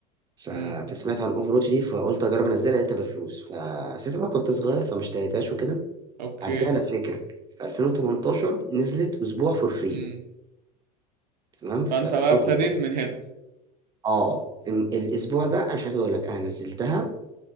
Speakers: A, on the right; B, on the right.
A: ف...
B: امم
A: فسمعت عن اوفر واتش دي فقلت اجرب انزلها لقيتها بفلوس فساعتها بقى كنت صغير فما اشتريتهاش وكده
B: اوكي
A: بعد كده انا فاكر في 2018 نزلت اسبوع فور فري
B: امم
A: تمام
B: فانت
A: في 2018
B: بقى ابتديت من هنا
A: اه إن- الاسبوع ده انا مش عايز اقول لك انا نزلتها